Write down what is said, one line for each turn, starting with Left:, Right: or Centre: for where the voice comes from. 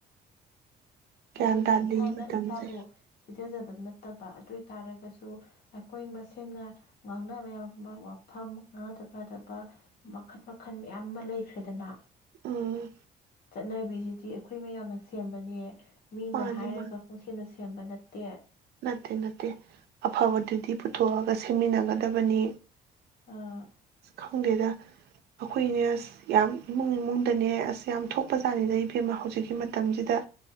Right: ꯒ꯭ꯌꯥꯟ
Left: ꯑꯗꯨꯅꯦ
Right: ꯇꯥꯗꯦ
Left: ꯏꯁꯥꯅ
Right: ꯃꯇꯝꯁꯦ
Left: ꯏꯁꯥꯕꯨ ꯁꯤ ꯄꯤꯖꯖꯗꯕ ꯅꯠꯇꯕ ꯑꯗꯨꯏ ꯇꯥꯔꯒꯁꯨ ꯑꯩꯈꯣꯏ ꯃꯁꯦꯝꯅ ꯉꯥꯡꯅꯕ ꯌꯥꯕ ꯃ ꯋꯥꯐꯝ ꯉꯥꯗ ꯄꯥꯗꯕ ꯃꯈꯜ ꯃꯈꯜ ꯃꯌꯥꯝ ꯑꯃ ꯂꯩꯈ꯭ꯔꯦꯗꯅ
Right: ꯎꯝ
Left: ꯆꯠꯅꯕꯤꯁꯤꯗꯤ ꯑꯩꯈꯣꯏ ꯃꯌꯥꯝꯅ ꯁꯦꯝꯕꯅꯦ ꯃꯤꯅ
Right: ꯃꯥꯅꯤ
Left: ꯍꯥꯏꯔꯒ
Right: ꯃꯥꯅꯤ
Left: ꯄꯨꯟꯁꯦꯅ ꯁꯦꯝꯕ ꯅꯠꯇꯦ
Right: ꯅꯠꯇꯦ ꯅꯠꯇꯦ ꯑꯐꯕꯗꯨꯗꯤ ꯄꯨꯊꯣꯛꯑꯒ ꯁꯦꯝꯃꯤꯟꯅꯒꯗꯕꯅꯤ
Left: ꯑꯥ
Right: ꯈꯪꯗꯦꯗ ꯑꯈꯣꯏꯅꯦ ꯑꯁ ꯌꯥꯝ ꯏꯃꯨꯡ ꯏꯃꯨꯡꯗꯅꯦ ꯑꯁ ꯌꯥꯝ ꯊꯣꯛꯄꯖꯥꯠꯅꯤꯗ ꯏꯕꯦꯝꯃ ꯍꯧꯖꯤꯛꯀꯤ ꯃꯇꯝꯖꯤꯗ